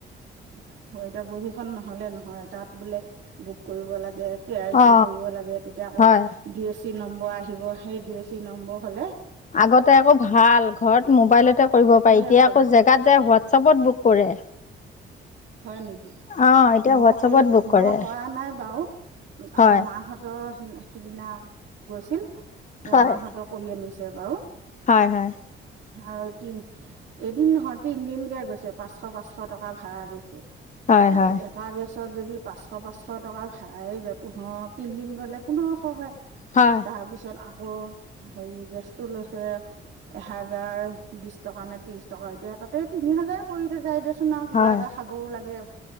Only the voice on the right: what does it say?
- অ' এতিয়া বহীখন নহলে নহয় তাত বোলে বুক কৰিব লাগে। কে আই চি
কৰিব লাগে তেতিয়া আকৌ
ডি এ চি নম্বৰ আহিব হেই ডি এ চি নম্বৰ হলে -
তেতিয়াহে
পোৱা
যায়
হয় নেকি?
মই
কৰি
মই কৰা নাই বাৰু
আমাৰ মাহঁত - তৰ সিদিনা গৈছিল এতিয়া
মাহঁতৰ কৰি আনিছে বাৰু।
আৰু এদিন - এদিন নহয় তিনদিন কে গৈছে পাঁচশ পাঁচশ টকা ভাড়া গৈছে তাৰ
পাছত এট - টা গেছত যদি পাঁচশ পাঁচশ টকা ভাড়াই যায় পোন্ধৰ তিনদিন গ'লে পোন্ধৰশ হয়।
তাৰপিছত আকৌ হেৰি গেছটো লৈছে এহেজাৰ বিছ - টকা নে ত্ৰিশ টকা এতিয়া তাতে তিনি হাজাৰ পৰি যায় দেচোন আৰু কিবা
এটা খাবও লাগে।